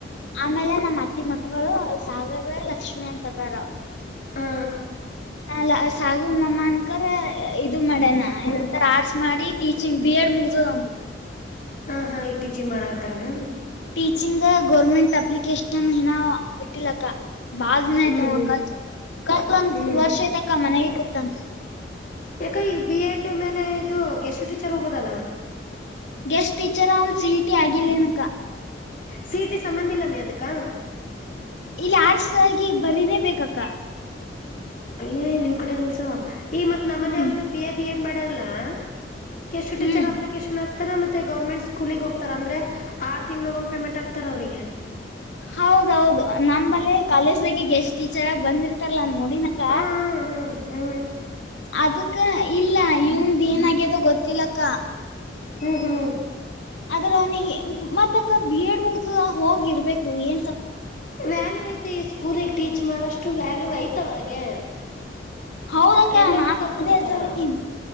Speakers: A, on the left; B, on the left.
A: ಆಮೇಲೆ ನಮ್ಮ್ ಅತ್ತಿ ಮಕ್ಕಳು ಸಾಗರ ಲಕ್ಷ್ಮಿ ಅಂತದಾರ
B: ಹಾ
A: ನ ಸಾಗು ಮಾಮ್ಮ ಅನ್ಕರ ಇದು ಮಾಡ್ಯನಾ ಏನಂತ ಆರ್ಟ್ಸ್ ಮಾಡಿ ಟೀಚಿಂಗ್ ಬಿ ಎಡ್ ಮುಕ್ ಬೂದಂತು
B: ಹಾ ಹಾ ಈ ಟೀಚಿಂಗ್ ಮಾಡತಾರನು
A: ಟೀಚಿಂಗ್ ಗೌರ್ಮೆಂಟ್ ಅಪ್ಲಿಕೇಶನ್ ಹಿನ ಬಿಟ್ಟಲಕ್ಕ ಬಾಳ ದಿನ ಆಯ್ತವ
B: ಹ್ಮ್ ಹ್ಮ್
A: ಕಲ್ತ್ ಕಲ್ತ್ ಒಂದ್
B: ಹ್ಮ್
A: ವರ್ಷ ಯತಕ್ಕ ಮನೆಗೆ ಕೂತನ್.
B: ಯಾಕ ಈಗ್ ಬಿ ಎಡ್ ಮೇಲೆ ಇದು ಗೆಷ್ಟು ಟೀಚರ್ ಹೋಗೋದಲ್ಲ
A: ಗೆಸ್ಟ್ ಟೀಚರ ಅವನ್ ಸಿ ಇ ಟಿ ಆಗಿಲ್ಲೇನಕ್ಕ
B: ಸಿಇಟಿ ಸಮಂದಿಲ್ಲಮಿ ಅದಕ್ಕ
A: ಇಲ್ಲ ಆರ್ಟ್ಸ್ದಗಿ ಬರೀಲೆಬೇಕಕ್ಕ
B: ಅಯ್ಯಯ್ ನಿಮ್ ಕಡೆ ರೂಲ್ಸ್ ಅದ ಈ ಮತ್ ನಮ್ಮನೆಯವರುನು
A: ಹ್ಮ್
B: ಬಿ ಎ ಬಿ ಎಡ್ ಮಾಡ್ಯಾರಲ್ಲ. ಗೆಸ್ಟ್ ಟೀಚರ್
A: ಹ್ಮ್
B: ಅಪ್ಲಿಕೇಶನ್ ಹಾಕ್ ತರ ಮತ್ತೆ ಗೌರ್ಮೆಂಟ್ ಸ್ಕೂಲಿಗ್ ಹೋಗ್ತರ್ ಅಂದ್ರೆ ಆರು ತಿಂಗಳ ಓಮ್ ಪೇಮೆಂಟ್ ಆಗ್ತಾರ್ ಅವ್ರಿಗೆ.
A: ಹೌದೌದು ನಂಬಲ್ಲೆ ಕಾಲೇಜ್ ದಾಗಿ ಗೆಸ್ಟ್ ಟೀಚರ್ ಆಗಿ ಬಂದಿರ್ತಾರಲ್ಲ. ನೋಡಿನಕ್ಕ
B: ಹಾ ಹ್ಮ
A: ಅದು ಕ್ಕ ಇಲ್ಲ ಯುಂದ್ ಏನಾಗಿದ್ಯೋ ಗೊತ್ತಿಲ್ಲ ಅಕ್ಕ
B: ಹ್ಮ್ ಹ್ಮ್
A: ಆದ್ರ ಅವ್ನಿಗೆ ಮತ್ತಕ್ಕ ಬಿ ಎಡ್ ಮುಗ್ದದ ಹೋಗಿರ್ಬೇಕು ಏ
B: ವ್ಯಾಲ್ಯೂ ಐತೆ ಈ ಸ್ಕೂಲಿಗೆ ಟೀಚ್ ಮಾಡಷ್ಟು ವ್ಯಾಲ್ಯೂ ಐತ್ ಅವ್ರಾಗೆ
A: ಹೌದಕ್ಕ
B: ಎಲ್ಲೋದ್ರು
A: ನಾನು
B: ಕರ್ಕೊಂತಾರ
A: ಅದೆ ಹೇಳ್ತಾದಿನ್